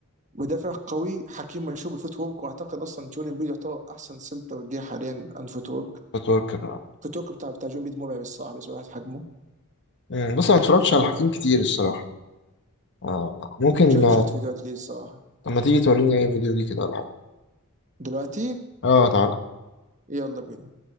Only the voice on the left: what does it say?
بتوركر
بس انا ما اتفرجتش
على حكيم كتير الصراحه آه ممكن
طب ما تيجي توريني اي فيديو ليه كده ولا حاجه
اه تعال